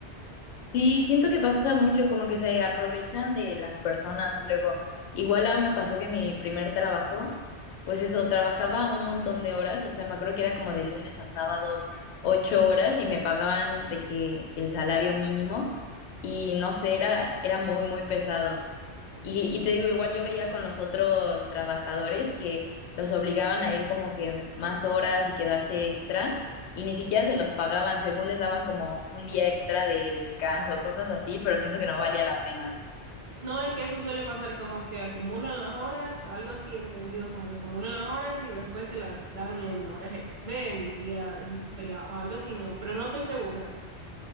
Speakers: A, on the left (about 75°); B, on the right (about 45°).
A: Sí, siento que pasa mucho, como que se aprovechan de las personas luego. Igual a mí me pasó que mi primer trabajo, pues eso, trabajaba un montón de horas, o sea, me acuerdo que era como de lunes a sábado ocho horas y me pagaban de que el salario mínimo y no sé, era, era muy, muy pesado. Y, y te digo, igual yo veía con los otros trabajadores que los obligaban a ir como que más horas y quedarse extra y ni siquiera se los pagaban, según les daban como un día extra de descanso, cosas así, pero siento que no valía la pena.
B: No, es que eso suele pasar como que acumulan las horas, algo así entendido, como que acumulan las horas y después se las dan en horas ex, ve, en días y feriados, algo así, no, pero no estoy segura.